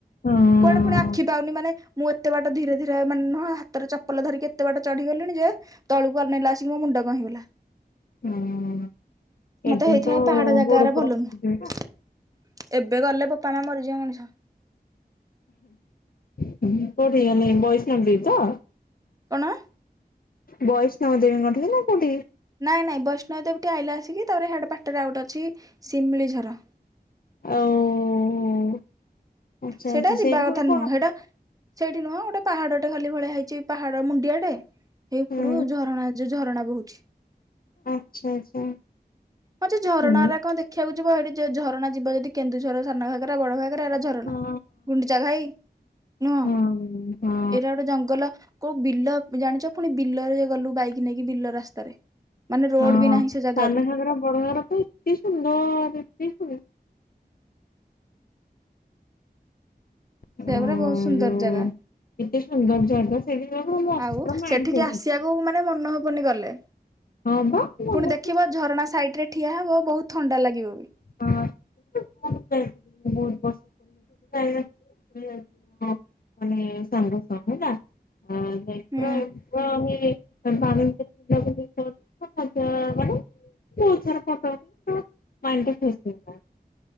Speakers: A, on the left (about 60°); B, on the right (about 20°).
A: ହଁ
B: କୁଆଡ଼େ ପୁଣି ଆଖି ପାଉନି ମାନେ ମୁଁ ଏତେ ବାଟ ଧୀରେ ଧୀରେ ମାନେ ନୁହଁ ହାତରେ ଚପଲ ଧରିକି ଏତେ ବାଟ ଚଢ଼ି ଗଲିଣି ଯେ ତଳକୁ ଅନେଇଲା ଆସିକି ମୋ ମୁଣ୍ଡ କଣ ହେଇଗଲା।
A: ହୁଁ
B: ମତେ
A: ଏବେ
B: ହେଇଥିପାଇଁ
A: ତ
B: ପାହାଡ଼ ଜାଗାରା
A: ଗୋଡ ଫୋଡ
B: ଭଲ
A: ଖସିଯିବ
B: ନୁହଁ। ଏବେ ଗଲେ ବୋପା ମା ମରିଯିବ ମଣିଷ।
A: କୋଉଠି ଗଲେ ବୈଷ୍ଣବି ତ?
B: କଣ?
A: ବୈଷ୍ଣବି ଦେବୀ ମନ୍ଦିର ନା କୋଉଠିକି?
B: ନାଇଁ ନାଇଁ ବୈଷ୍ଣବ ଦେବୀ ଟିକେ ଆଇଲା ଆସିକି ତାପରେ ହେଡେ ପାର୍ଟରେ ଆଉଗୋଟେ ଅଛି ଶିମିଳିଝର।
A: ଆଉ ଆଚ୍ଛା
B: ସେଇଟା
A: ଆଚ୍ଛା ସେଇଠି
B: ଯିବା
A: ପୁଣି
B: କଥା
A: କଣ
B: ନୁହଁ ସେଇଟା ସେଇଠି ନୁହଁ ଗୋଟେ ପାହାଡ଼ଟେ ଖାଲି ଭଳିଆ ହେଇଛି ପାହାଡ଼ ମୁଣ୍ଡିଆ ଟେଏ। ଏଇ ଉପରୁ
A: ହୁଁ
B: ଝରଣା ଯଉ ଝରଣା ବହୁଛି।
A: ଆଚ୍ଛା ଆଚ୍ଛା
B: ହିଁ ଯେ ଝରଣାରା
A: ହୁଁ
B: କଣ ଦେଖ ଦେଖିବାକୁ ଯିବ ହେଠି ଯଉ ଝରଣା ଯିବ ଯଦି କେନ୍ଦୁଝର ସାନା ଘାଗରା ବଡ ଘାଗରା ଏରା ଝରଣା।
A: ହଁ
B: ଗୁଣ୍ଡିଚା ଘାଇ ନୁହଁ ଏଇଟା
A: ହଁ ହଁ
B: ଗୋଟେ ଜଙ୍ଗଲ କୋଉ ବିଲ ଜାଣିଚ ପୁଣି ବିଲରେ ଗଲୁ ବାଇକି ନେଇକି ବିଲ ରାସ୍ତାରେ। ମାନେ ରୋଡ
A: ହଁ
B: ବି ନାହିଁ ସେ ଜାଗାକୁ
A: ସାନଘାଗରା ବଡଘାଗରା କଣ ଏତେ ସୁନ୍ଦର ଏତେ ସୁନ୍ଦର ଅ
B: ସେୟା ପରା ବହୁତ ସୁନ୍ଦର
A: ଯୋଉ
B: ଜାଗା
A: କେତେ ସୁନ୍ଦର ଜାଗା ସେଇଠି ଗଲେ ମସ୍ତ
B: ଆଉ
A: ପୁରା
B: ସେଠିକି
A: ମାଇଣ୍ଡ ଫ୍ରେଶ
B: ଆସିବାକୁ
A: ହେଇଯିବ।
B: କୁ ମାନେ ମନ ହବନି ଗଲେ
A: ହଁ ବା ମନ
B: ପୁଣି ଦେଖିବାକୁ ଝରଣା ସାଇଟିରେ ଠିଆ ହବ ବହୁତ ଥଣ୍ଡା ଲାଗିବ ବି।
A: ହଁ ଯାଇଥିଲି ମୁ ବହୁତ ପସନ୍ଦ ବୁଲି ଯାଇଥିଲି। ମାନେ ସାଙ୍ଗସହ ହେଲା
B: ହୁଁ
A: ଆ <unintelligible> ଫଟ ମାନେ ବହୁତ ସାରା ଫଟୋ <unintelligible> <unintelligible>